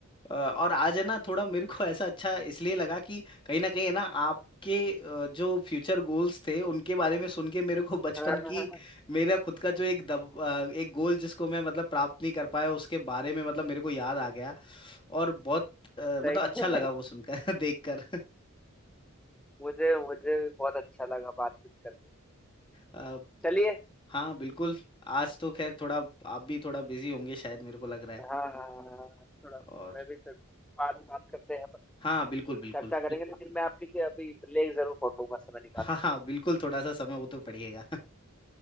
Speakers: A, on the left; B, in the centre.
A: अ, और आज है ना थोड़ा मेरे को ऐसा अच्छा इसलिए लगा कि कहीं ना कहीं है ना आपके अ, जो फ्यूचर गोल्स थे उनके बारे में सुन के मेरे को बचपन
B: <laughs> हाँ,
A: की मेरा खुद का जो एक दब अ, एक गोल जिसको मैं मतलब प्राप्त नहीं कर पाया उसके बारे में मतलब मेरे को याद आ गया और बहुत अ, मतलब
B: सही
A: अच्छा लगा
B: है
A: वो सुनकर <laughs> देखकर
B: मुझे मुझे भी बहुत अच्छा लगा बातचीत करके
A: अ,
B: चलिए
A: हाँ बिल्कुल आज तो खैर थोड़ा आप भी थोड़ा बिजी होंगे शायद मेरे को लग रहा है
B: हाँ हाँ, हाँ, हाँ, थोड़ा
A: और
B: मैं भी फिर बाद में बात करते हैं अपन
A: हाँ बिल्कुल बिल्कुल
B: चर्चा करेंगे लेकिन मैं आपके लिए अभी ब्रेक जरूर पढ़ूंगा समय निकाल
A: हाँ
B: के,
A: हाँ बिल्कुल थोड़ा सा समय वो तो पड़ेगा <laughs>